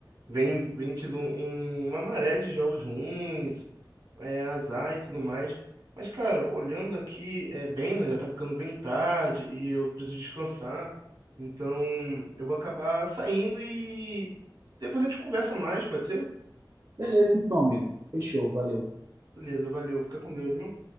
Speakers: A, on the right (about 60°); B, on the right (about 40°).
A: Vem, vem tido um- um, uma maré de jogos ruins, é, azar e tudo mais. Mas, cara, olhando aqui, é bem, né, já tá ficando bem tarde e eu preciso descansar. Então, eu vou acabar saindo e depois a gente conversa mais, pode ser?
B: Beleza, então, amigo. Fechou, valeu.
A: Beleza, valeu. Fica com Deus, meu.